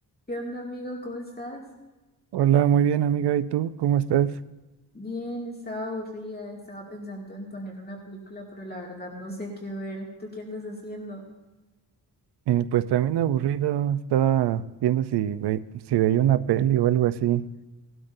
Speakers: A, on the left (about 25°); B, on the right (about 75°).
A: ¿Qué onda, amigo? ¿Cómo estás?
B: Hola, muy bien amiga, ¿y tú cómo estás?
A: Bien, estaba aburrida, estaba pensando en poner una película, pero la verdad no sé qué ver. ¿Tú qué andas haciendo?
B: Eh, pues también aburrido, estaba viendo si, ve- si veía una peli o algo así,